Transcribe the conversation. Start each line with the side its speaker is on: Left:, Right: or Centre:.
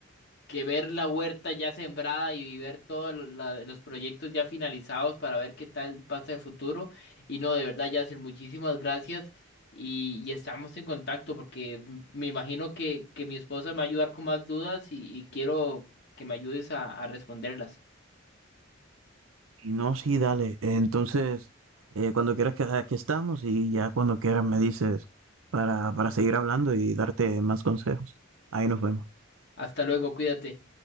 Left: que ver la huerta ya sembrada y ver todos lo- la- los proyectos ya finalizados para ver qué tal pasa el futuro. Y no, de verdad, Yacir, muchísimas gracias y, y estamos en contacto porque m- me imagino que, que mi esposa me va a ayudar con más dudas y, y quiero que me ayudes a a responderlas.
Right: Y no, sí, dale. Eh, Entonces, eh, cuando quieras que aquí estamos y ya cuando quieras me dices para, para seguir hablando y darte más consejos. Ahí nos vemos.
Left: Hasta luego, cuídate.